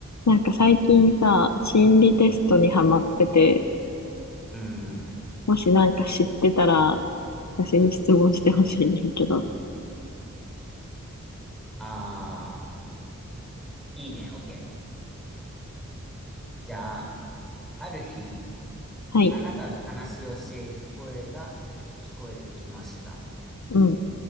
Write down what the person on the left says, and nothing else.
なんか最近さ、心理テストにハマってて、
もしなんか知ってたら、私に質問してほしいねんけど。
はい。
うん。